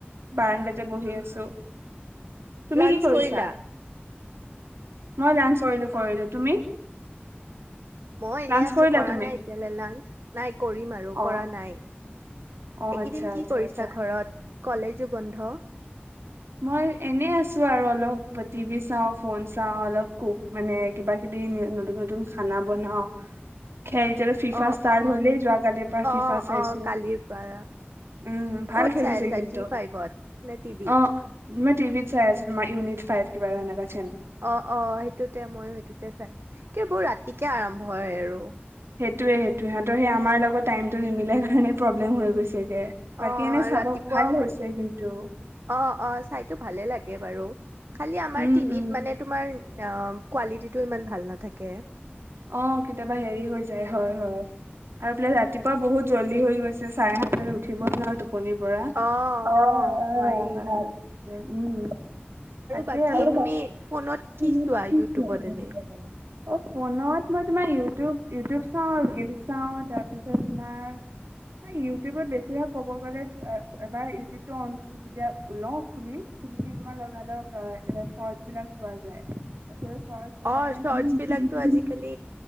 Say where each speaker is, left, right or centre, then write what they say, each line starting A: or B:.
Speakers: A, on the right (about 85°); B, on the right (about 70°).
A: বাৰাণ্ডাতে বহি আছো। তুমি
B: লাঞ্চ
A: কি কৰিছা
B: কৰিলা?
A: মই লাঞ্চ কৰিলো, কৰিলো তুমি।
B: মই এনেই
A: লাঞ্চ
B: আছো,
A: কৰিলা
B: কৰা
A: তুমি
B: নাই এতিয়ালে লাঞ্চ, নাই কৰিম আৰু
A: অ
B: কৰা নাই,
A: অ
B: এইকেইদিন
A: আচ্ছা আচ্ছা
B: কি কৰিছা
A: আচ্ছা
B: ঘৰত? কলেজো বন্ধ।
A: মই এনেই আছো আৰু অলপ, টিভি চাওঁ, ফোন চাওঁ, অলপ কোক মানে কিবা কিবি নতুন-নতুন খানা বনাও। খেল এতিয়াটো ফিফা
B: অ
A: ষ্টাৰ্ট
B: অ
A: হলেই যোৱা কালিৰ পৰা
B: অ
A: ফিফা চাইছো,
B: অ কালিৰ পৰা
A: উম, ভাল
B: ক'ত
A: খেলিছে
B: চাই আছা
A: কিন্তু,
B: জি ফাইভত নে টিভিত
A: অ। মই টিভিত চাই আছোঁ, তোমাৰ ইউনিট ফাইভ কিবা এনেকুৱাত
B: অ- অ সেইটোতে, ময়ো সেইটোতে চাইছো, কি এইবোৰ ৰাতিকে আৰম্ভ হয় আৰু।
A: সেইটোবে- সেইটোৱে, সিহঁতৰ সেই আমাৰ লগত টাইমতো নিমিলে কাৰণে প্ৰব্লেম হৈ গৈছে। বাকী,
B: অ
A: এনে চাব
B: ৰাতিপুৱা
A: ভাল
B: মানে
A: হৈছে কিন্তু।
B: অ', অ, চাইটো ভালে লাগে বাৰু, খালী আমাৰ
A: উম
B: টিভিত
A: উম
B: মানে তোমাৰ। উম, আ, কুৱালিতিটো ইমান ভাল নাথাকে।
A: অ, কেতিয়াবা হেৰি হৈ যায়, হয়- হয় আৰু এফালে ৰাতিপুৱাও বহুত জল্দি হৈ গৈছে, চাৰে সাত তাত উঠিব নোৱাৰোটো। টোপনিৰ পৰা,
B: অ',
A: অ-অ,
B: অ', নোৱাৰি।
A: উম তাকে
B: বাকী
A: আৰু
B: তুমি ফোনত কি
A: <unintelligible>
B: চোৱা ইউটিউবত এনে?
A: অ। <unintelligible> ফোনত মই তোমাৰ ইউটিউব- ইউটিউব চাওঁ, ৰিল চাওঁ, তাৰ পিছত তোমাৰ ইউটিউবত বেছিভাগ ক'ব গ'লে এবাৰ ইউটিউবটো অন কৰি যেতিয়া লও খুলি-খুলি পিনে তোমাৰ লগা- লগ চৰ্ট বিলাক চোৱা যায়। তাৰপিছত স্বৰ্টছ অলপ
B: অ',
A: টাইম।
B: শৰ্টচ বিলাকতো আজিকালি